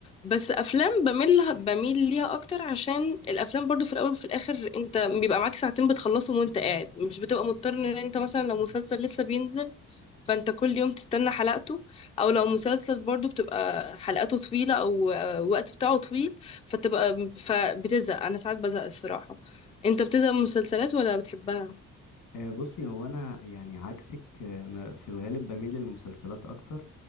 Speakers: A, on the left (about 20°); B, on the left (about 75°).
A: بس افلام بميل بميل ليها اكتر عشان الافلام برضو في الاول وفي الاخر انت بيبقى معاك ساعتين بتخلصهم وانت قاعد مش بتبقى مضطر ان انت مثلا لو مسلسل لسه بينزل فانت كل يوم تستنى حلقته او لو مسلسل برضو بتبقى حلقاته طويلة او آه، الوقت بتاعه طويل فتبقى فبتزهق انا ساعات بزهق الصراحة انت بتزهق من المسلسلات ولا بتحبها
B: آه، بصي هو انا يعني عكسك آه، أنا في الغالب بميل للمسلسلات اكتر